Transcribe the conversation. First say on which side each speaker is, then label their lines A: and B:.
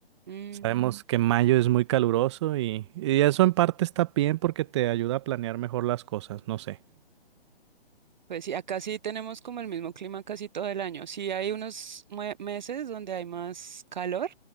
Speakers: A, on the right; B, on the right.
A: mm.
B: Sabemos que mayo es muy caluroso y, y eso en parte está bien porque te ayuda a planear mejor las cosas, no sé.
A: Pues sí, acá sí tenemos como el mismo clima casi todo el año. Sí hay unos mue- meses donde hay más calor,